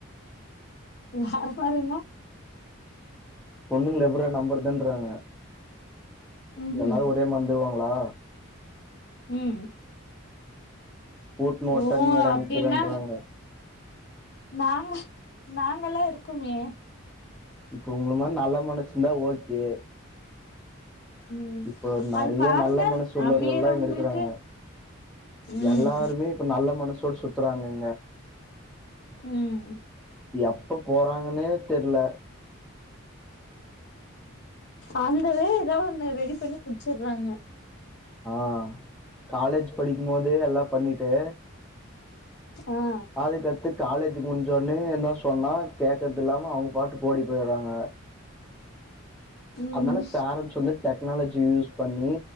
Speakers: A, on the left (about 50°); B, in the centre.
A: வேற மாறினா
B: பொண்ணுங்கள எப்புட்றா நம்பரதுன்றாங்க
A: ம்ஹும்
B: எல்லாரு ஒரே மாந்துருவாங்களா
A: ம்
B: கூட்னு ஒட்டனியாடா
A: ஓ அப்டின்னா
B: நிக்கிறேன்றாங்க
A: நாங்க நாங்கல்லா இருக்கோமே
B: இப்ப உங்க மாரி நல்ல மனசுந்தா ஓகே
A: ம்
B: இப்போ நறையா
A: அது பாருங்க
B: நல்ல மனசு உள்ளவர்கள்ளா
A: அமீரவங்களுக்கு
B: இங்க இருக்குறாங்க
A: ம்
B: எல்லாருமே இப்ப நல்ல மனசோட சுத்துறாங்கங்க
A: ம்
B: இங்க எப்ப போறாங்கனே தெர்ல
A: ஆந்தவே எதா ஒண்ண ரெடி பண்ணி புட்ச்சுற்றாங்க
B: ஆ காலேஜ் படிக்கும் போதே எல்லா பண்ணிட்டு
A: ஆ
B: அதுக்கத்து காலேஜ் முன்ஞ்சொன்னே என்ன சொன்னா கேக்கத்தில்லாம அவங்க பாட்டுக் ஓடி போயிற்றாங்க
A: ம்
B: அதுனால பேரன்ஸ் வந்து டெக்னாலஜி யூஸ் பண்ணி